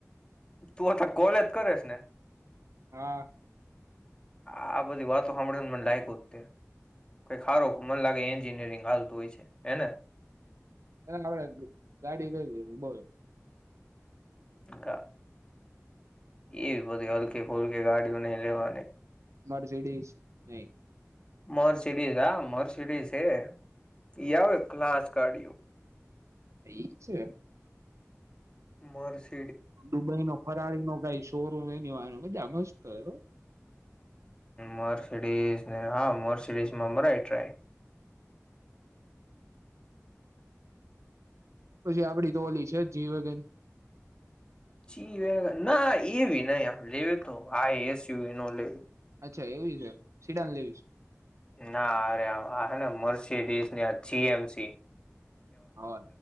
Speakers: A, on the left; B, on the right.
A: તું આ તો કોલેજ કરેસ ને
B: હા.
A: આ બધી વાતો હંમભળીને મને લાયકુજ તે કઈ ખારો મને લાગે એન્જિનિયરિંગ હાલતું હોયસે હેને.
B: એ <unintelligible> ગાડી જોઈતી હોય તો બોલ.
A: ગા એવી બધી હલકી ફુલકી ગાડીઓ, નઈ લેવાને.
B: મર્સિડીઝ નહી.
A: મર્સિડીસ હા, મર્સિડીસ હે ઈ આવે ક્લાસ ગાડીઓ.
B: ઈ છે.
A: મર્સિડીઝ
B: દુબઈ નો ફરારી નો ગાઈશ. શોરૂમ એની બધા મસ્ત હહો.
A: મર્સિડીઝ ને હા મર્સિડીસ માં મરાય ટ્રાય.
B: પછી આપડી તો ઓલી છે જ જીવગન.
A: ચી ના એવી નહી લે તો આ એસયુ ન લે
B: અચ્છા એવી છે, સીડાન લેવી છે.
A: ના અરે આ આ હે ને મર્સિડીસ ની, આ જી એમ સી.
B: હો,